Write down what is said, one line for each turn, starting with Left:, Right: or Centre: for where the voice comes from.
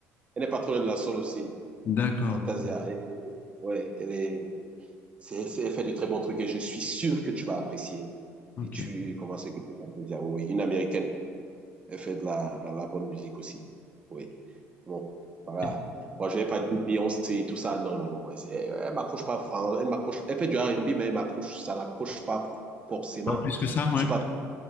Right: Elle n'est pas très loin de la Soul aussi.
Left: D'accord.
Right: Fantasia. Elle, ouais, elle est, c'est, c'est- elle fait de très bons trucs et je suis sûr que tu vas apprécier
Left: Ok.
Right: si tu commences à écouter Fantasia. Oui, oui, une américaine. elle fait de la, de la bonne musique aussi. Oui. Bon, voilà.
Left: Et
Right: Moi, je vais pas dire Beyoncé, tout ça. Non, non, non. Elle, elle m'accroche pas. fran- Elle m'accroche. Elle fait du R&B, mais elle m'accroche. Ça n'accroche pas forcément.
Left: Pas plus que ça,
Right: Je
Left: ouais.
Right: suis pas.